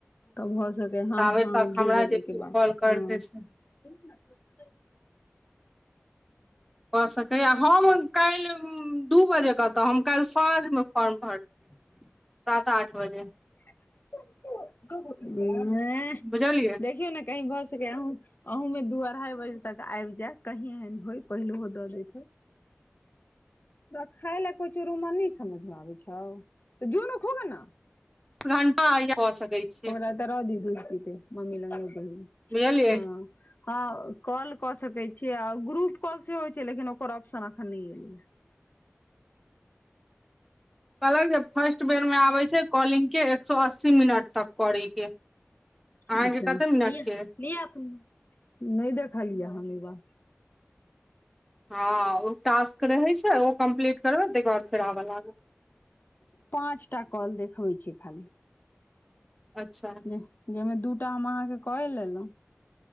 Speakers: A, on the left; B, in the centre.
A: तब हो सकेैया हँ
B: ताबे
A: हँ
B: तक हमरा
A: दू बजे
B: जे केओ
A: के बाद
B: कॉल करतै
A: हँ।
B: से
A: <unintelligible>
B: कऽ सकैया आ हम काल्हि दू बजे कतऽ हम काल्हि साँझमे फॉर्म भरलियै सात आठ बजे।
A: <unintelligible>
B: बुझलियै
A: देखियौ ने कही भ सकैया आँहु अह में दू अढ़ाई बजे तक आबि जाय कही एहन होय पहिलोहो दऽ दैत होे तरा खाय ल को चोरू न समझमे आबै छ तऽ जून खबे ने
B: ठंडा आ य हो सकै छियै
A: ओरा तँ रह दी धूर पी मम्मी ल नोदल
B: बुझलियै
A: ह हँ कॉल कऽ सकै छीयै आ ग्रुप कॉल सेहो होइ छै लेकिन ओकर ऑप्शन अखन नहि एलेा
B: कहलक जे फर्स्ट बेर में आबइ छै कॉलिंग के एक सए अस्सी मिनट तक करे के अहाँके
A: अच्छा
B: कते मिनट के
A: नय देखा लिया हम बार
B: हँ ओ टास्क रहय छै ओ कम्प्लीट करबै ताहिके बाद फेर आबऽ लाग
A: पाँचटा कल देखबइ छै खाली
B: अच्छा
A: जाहि में दूटा हम अहाँके क लेलहुं